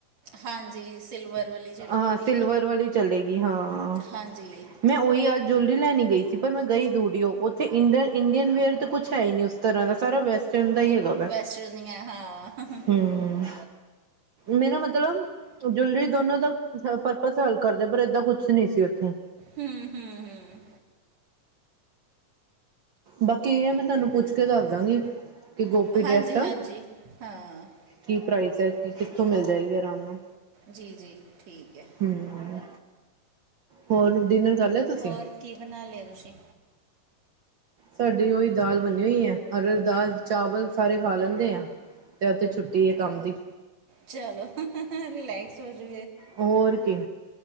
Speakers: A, on the right; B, on the right.
A: ਹਾਂਜੀ ਸਿਲਵਰ ਵਾਲੀ ਜਿਹੜੀ
B: ਆ
A: ਹੁੰਦੀ
B: ਸਿਲਵਰ
A: ਹੈ
B: ਵਾਲੀ ਚਲੇਗੀ ਹਾਂ
A: ਹਾਂਜੀ
B: ਮੈਂ ਉਹੀ ਅੱਜ ਜਿਊਲਰੀ ਲੈਣੀ ਗਈ ਸੀ ਪਰ ਮੈਂ ਗਈ ਜ਼ੂਡੀਓ ਉੱਥੇ ਇੰਡਨ ਇੰਡੀਅਨ ਵੇਅਰ ਤਾਂ ਕੁਛ ਹੈ ਈ ਨਹੀਂ ਉਸ ਤਰ੍ਹਾਂ ਦਾ ਸਾਰਾ ਵੈਸਟਰਨ ਦਾ ਹੀ ਹੈਗਾ ਵੇ
A: ਵੈਸਟਰਨ ਹੈ ਹਾਂ ਹੂੰ
B: ਹੰ ਮੇਰਾ ਮਤਲਬ ਜਿਊਲਰੀ ਦੋਨੋ ਦਾ ਪਰਪਸ ਹੱਲ ਕਰਦੇ ਪਰ ਏਦਾਂ ਕੁਛ ਨਹੀਂ ਸੀ ਉੱਥੇ
A: ਹੰ ਹੰ ਹੰ
B: ਬਾਕੀ ਇਹ ਏ ਮੈਂ ਤੁਹਾਨੂੰ ਪੁੱਛ ਕੇ ਦੱਸ ਦਾਂਗੀ ਕਿ ਗੋਪੀ
A: ਹਾਂਜੀ
B: ਡ੍ਰੈੱਸ ਦਾ
A: ਹਾਂਜੀ ਹਾਂ
B: ਕੀ ਪ੍ਰਾਈਜ਼ ਹੈ ਕੀ ਕਿਥੋਂ ਮਿਲ ਜਾਏਗੀ ਆਰਾਮ ਨਾਲ
A: ਜੀ-ਜੀ ਠੀਕ ਏ
B: ਹੰ ਹੋਰ ਡਿਨਰ ਕਰ ਲਿਆ ਤੁਸੀਂ
A: ਹੋਰ ਕੀ ਬਨਾ ਲਿਆ ਤੁਸੀਂ
B: ਸਾਡੀ ਉਹੀ ਦਾਲ ਬਨੀ ਹੋਈ ਐ ਅਰਹਰ ਦਾਲ ਚਾਵਲ ਸਾਰੇ ਖਾ ਲੈਂਦੇ ਆ ਤੇ ਅਜ ਤੇ ਛੁੱਟੀ ਏ ਕੰਮ ਦੀ
A: ਚਲੋ ਰੀਲੇੈਕਸ ਹੋ ਜੋ
B: ਹੋਰ ਕੀ